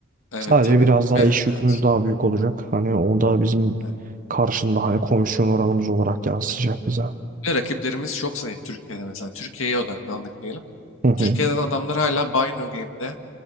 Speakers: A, on the left; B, on the right.
A: Evet
B: Sadece
A: tabii
B: biraz daha
A: ve
B: iş
A: evet,
B: yükümüz daha büyük olacak. Hani o da bizim
A: evet.
B: karşında hani komisyon oranımız olarak yansıyacak bize.
A: Ve rakiplerimiz çok zayıf Türkiye'de mesela. Türkiye'ye odaklandık diyelim.
B: Hı hı.
A: Türkiye'de de adamlar hala Bino Game'de